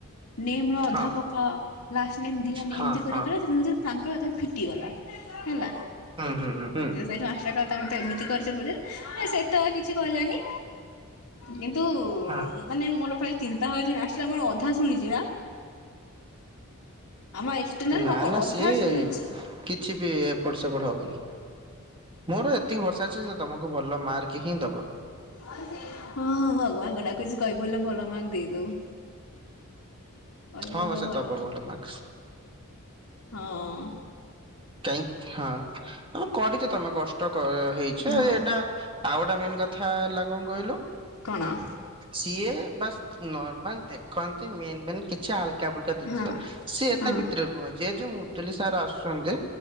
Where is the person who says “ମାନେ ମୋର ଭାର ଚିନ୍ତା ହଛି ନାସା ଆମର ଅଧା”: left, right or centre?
Left